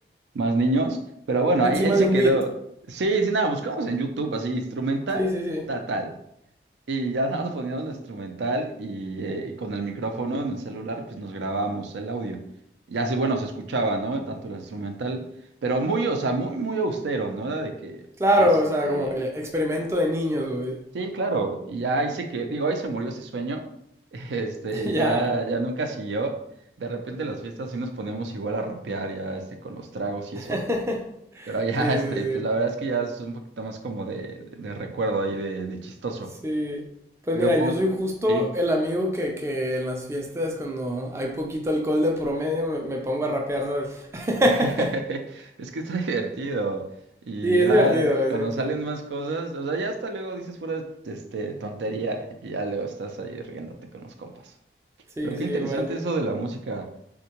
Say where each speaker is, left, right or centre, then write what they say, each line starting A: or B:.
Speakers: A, on the right; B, on the right.
A: más niños, pero bueno,
B: Encima
A: ahí, ahí se
B: de un
A: quedó.
B: beat.
A: Sí, sí, nada, buscamos en YouTube así, instrumental,
B: Sí, sí, sí.
A: tal, tal. Y ya <laughs> nada más poníamos el instrumental y, eh, y con el micrófono en el celular, pues nos grabamos el audio. Y así, bueno, se escuchaba, ¿no? Tanto el instrumental, pero muy, o sea, muy, muy austero, ¿no? Era de que,
B: Claro,
A: este,
B: o sea, como el experimento de niños, güey.
A: sí, claro, y ya ahí se que, digo, ahí se murió ese sueño, <laughs> este,
B: <laughs> Ya.
A: ya, ya nunca siguió. De repente las fiestas sí nos ponemos igual a rapear ya, este, con los tragos y
B: <laughs>
A: eso. Pero ya,
B: Sí,
A: <laughs> este,
B: sí,
A: pues
B: sí.
A: la verdad es que ya es un poquito más como de, de, de recuerdo ahí, de, de chistoso.
B: Sí. Pues
A: Pero
B: mira, yo soy justo
A: sí,
B: el amigo que, que en las fiestas, cuando hay poquito alcohol de promedio, me, me pongo a rapear, ¿sabes? <laughs>
A: <laughs> es que está divertido. Y
B: Sí, es
A: ya
B: divertido, es
A: cuando
B: divertido.
A: salen más cosas, o sea, ya hasta luego dices pura, este, tontería y ya luego estás ahí riéndote con los compas.
B: Sí,
A: Pero qué
B: sí,
A: interesante
B: igual yo.
A: eso de la música.